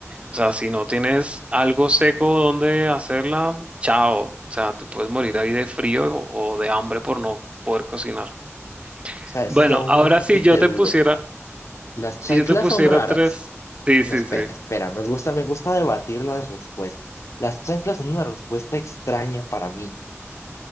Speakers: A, on the right; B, on the left.
A: O sea, si no tienes algo seco donde hacerla, chao. O sea, te puedes morir ahí de frío o, o de hambre por no poder cocinar.
B: o sea,
A: Bueno,
B: esa es la única
A: ahora si
B: que te
A: yo te
B: dudo.
A: pusiera,
B: Las chanclas
A: si yo te pusiera
B: son raras.
A: tres, sí,
B: No,
A: sí,
B: espera,
A: sí.
B: espera, me gusta, me gusta debatir las respuestas. Las chanclas son una respuesta extraña para mí.